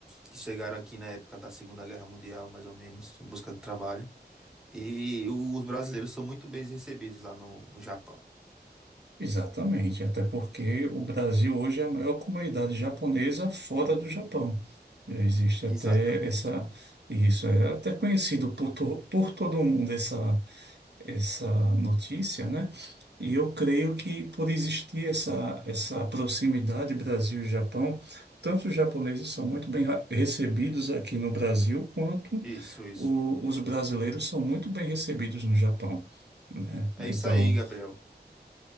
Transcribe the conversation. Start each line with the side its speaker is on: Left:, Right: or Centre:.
Centre: que chegaram aqui na época da Segunda Guerra Mundial, mais ou menos, em busca de trabalho. E os brasileiros são muito bem recebidos lá no, no Japão.
Right: Exatamente, até porque o Brasil hoje é a maior comunidade japonesa fora do Japão. Já existe até
Centre: Exatamente.
Right: essa, isso é até conhecido por, to, por todo mundo essa essa notícia, né? E eu creio que por existir essa, essa proximidade Brasil e Japão, tanto os japoneses são muito bem ra- recebidos aqui no Brasil, quanto
Centre: Isso, isso.
Right: o- os brasileiros são muito bem recebidos no Japão, né?
Centre: É
Right: Então,
Centre: isso aí, Gabriel.